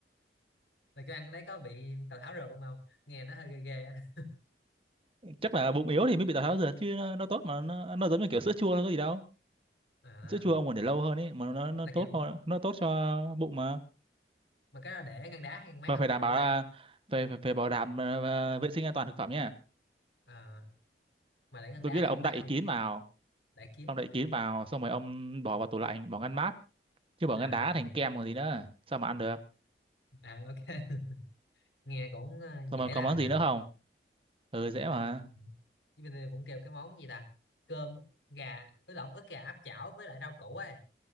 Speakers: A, on the left; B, on the right.
A: là cái ăn đấy có bị tào tháo rượt không không nghe nó hơi ghê ghê á
B: <laughs> chắc là bụng yếu thì mới bị tào tháo dượt chứ nó, nó tốt mà nó, nó giống như kiểu sữa chua nó có gì đâu
A: à
B: sữa chua ông còn để lâu hơn ấy mà nó nó
A: là
B: tốt
A: kiểu
B: hơn nó tốt cho bụng mà
A: mà cái đó để ngăn đá hay ngăn mát
B: mà
A: không
B: phải đảm
A: để
B: bảo
A: qua
B: là
A: đêm á.
B: phải phải, phải bảo đảm ờ, ờ, vệ sinh an toàn thực phẩm nha
A: à, mà để ngăn đá
B: tôi nghĩ
A: hay
B: là
A: ngăn
B: ông
A: mát
B: đậy
A: không
B: kín vào
A: để kín
B: ông đậy kín vào xong rồi ông bỏ vào tủ lạnh bỏ ngăn mát chứ bỏ
A: à
B: ngăn đá thành kem còn gì nữa sao mà ăn được
A: à ok <laughs> nghe cũng ờ,
B: xong
A: dễ
B: rồi còn
A: làm
B: món
A: nha
B: gì nữa không ừ dễ
A: à.
B: mà
A: Chứ bây giờ cũng kêu cái món gì ta cơm gà ứ lộn ức gà áp chảo với lại rau củ ấy